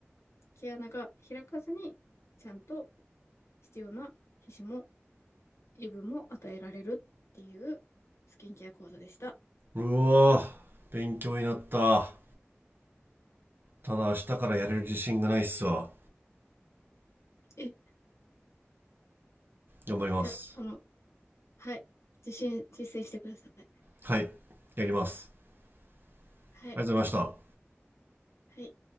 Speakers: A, on the left (about 80°); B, on the right (about 50°).
A: 毛穴が開かずにちゃんと必要な皮脂も油分も与えられるっていうスキンケア講座でした。
B: うわー、勉強になった。ただ明日からやれる自信がないっすわ。
A: え、い
B: 頑張ります。
A: や、あの、はい。実践、実践してください。
B: はい、やります。ありがとうございました。
A: はい。はい。